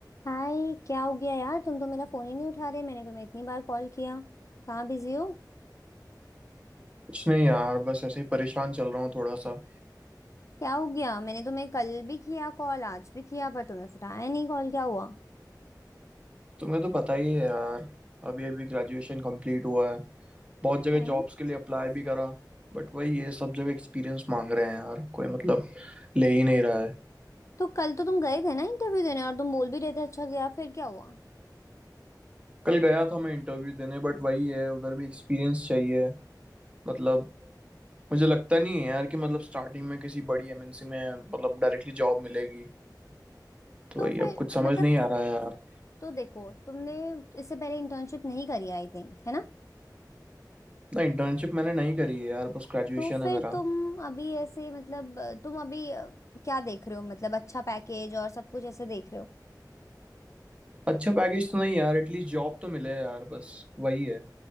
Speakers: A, on the left; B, on the right.
A: हाय क्या हो गया यार तुम तो मेरा फोन ही नहीं उठा रहे मैंने तुम्हें इतनी बार कॉल किया कहाँ बिजी हो
B: कुछ नहीं यार बस ऐसे ही परेशान चल रहा हूँ थोड़ा सा
A: क्या हो गया मैंने तुम्हें कल भी किया कॉल आज भी किया पर तुमने उठाया नहीं कॉल क्या हुआ
B: तुम्हें तो पता ही है यार अभी अभी ग्रेजुएशन कंप्लीट हुआ है बहुत जगह
A: हम्म
B: जॉब्स के लिए अप्लाई भी करा बट वही ये सब जगह एक्सपीरियंस मांग रहे हैं यार कोई मतलब ले ही नहीं रहा है
A: तो कल तो तुम गए थे ना इंटरव्यू देने और तुम बोल भी रहे थे अच्छा गया फिर क्या हुआ
B: कल गया था मैं इंटरव्यू देने बट वही है उधर भी एक्सपीरियंस चाहिए मतलब मुझे लगता नहीं है यार कि मतलब स्टार्टिंग में किसी बड़ी एमएनसी में मतलब डायरेक्टली जॉब मिलेगी तो
A: तो
B: वही
A: फिर
B: अब कुछ समझ
A: मतलब
B: नहीं आ रहा है यार
A: तो देखो तुमने इससे पहले इंटर्नशिप नहीं करी आई थिंक है ना
B: ना इंटर्नशिप मैंने नहीं करी है यार बस ग्रेजुएशन
A: तो फिर
B: है मेरा
A: तुम अभी ऐसे मतलब तुम अभी अ, क्या देख रहे हो मतलब अच्छा पैकेज और सब कुछ ऐसे देख रहे हो
B: अच्छा पैकेज तो नहीं यार एटलीस्ट जॉब तो मिले यार बस वही है